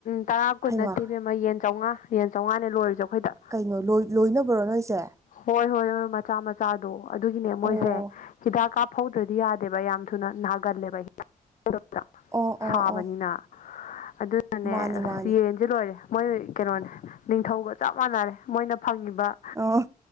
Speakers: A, on the left; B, on the right.
A: ꯇꯔꯥ ꯀꯨꯟ
B: ꯍꯩꯃꯥ
A: ꯅꯠꯇꯦꯕꯦꯝ ꯑꯃꯥ ꯌꯦꯟ ꯆꯥꯝꯃꯉꯥ ꯌꯦꯟ ꯆꯥꯝꯃꯉꯥꯅꯦ ꯂꯣꯏꯔꯁꯦ ꯑꯩꯈꯣꯏꯗ
B: ꯀꯩꯅꯣ ꯂꯣꯏ ꯂꯣꯏꯅꯕ꯭ꯔꯣ ꯅꯣꯏꯁꯦ
A: ꯍꯣꯏ ꯍꯣꯏ ꯍꯣꯏ ꯃꯆꯥ ꯃꯆꯥꯗꯣ ꯑꯗꯨꯒꯤꯅꯦ ꯃꯣꯏꯁꯦ
B: ꯑꯣ
A: ꯍꯤꯗꯥꯛ ꯀꯥꯞꯍꯧꯗ꯭ꯔꯗꯤ ꯌꯥꯗꯦꯕ ꯌꯥꯝ ꯊꯨꯅ ꯅꯥꯒꯜꯂꯦꯕ ꯍꯤꯗꯥꯛ <inaudible>
B: ꯑꯣ
A: ꯁꯥꯕꯅꯤꯅ
B: ꯑꯣ ꯑꯣ
A: ꯑꯗꯨꯅꯅꯦ
B: ꯃꯥꯅꯦ
A: ꯑꯁ
B: ꯃꯥꯅꯦ
A: ꯌꯦꯟ ꯁꯤ ꯂꯣꯏꯔꯦ ꯃꯣꯏ ꯀꯩꯅꯣꯅꯦ ꯅꯤꯡꯊꯧꯒ ꯆꯞ ꯃꯥꯟꯅꯔꯦ ꯃꯣꯏꯅ ꯐꯪꯉꯤꯕ
B: ꯑꯣ